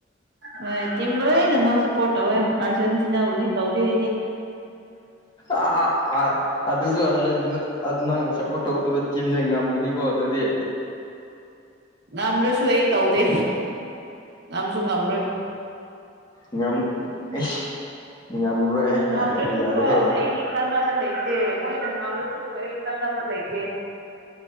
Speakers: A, on the right (about 60°); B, on the left (about 25°).
A: ꯍꯣꯏ ꯇꯤꯝ ꯂꯣꯏꯅꯃꯛ ꯁꯞꯄꯣꯔꯠ ꯇꯧꯋꯦ ꯑꯥꯔꯖꯦꯟꯇꯤꯅꯥꯕꯨꯗꯤ ꯇꯧꯗꯦ ꯑꯩꯗꯤ
B: ꯑꯥ ꯑꯥ ꯑꯗꯨꯁꯨ ꯑꯔꯖꯦꯟꯇꯤꯅꯥ ꯅꯪꯅ ꯁꯄꯣꯔꯠ ꯇꯧꯗꯕ ꯇꯤꯝꯁꯦ ꯉꯝꯒꯅꯤꯀꯣ ꯑꯗꯨꯗꯤ
A: ꯉꯝꯔꯁꯨ ꯑꯩ ꯇꯧꯗꯦ ꯉꯝꯁꯨ ꯉꯝꯔꯣꯏ
B: ꯉꯝ ꯑꯩꯁ ꯉꯝꯔꯣꯏ ꯍꯥꯏꯅ
A: ꯉꯝꯔꯁꯨꯀꯣ
B: ꯍꯥꯏꯕ ꯌꯥꯔꯣꯏꯍꯦ
A: ꯑꯩꯒꯤ ꯀꯥꯟꯅꯕ ꯂꯩꯇꯦ ꯃꯣꯏꯅ ꯉꯝꯂꯁꯨ ꯑꯩ ꯀꯥꯟꯅꯕ ꯂꯩꯇꯦ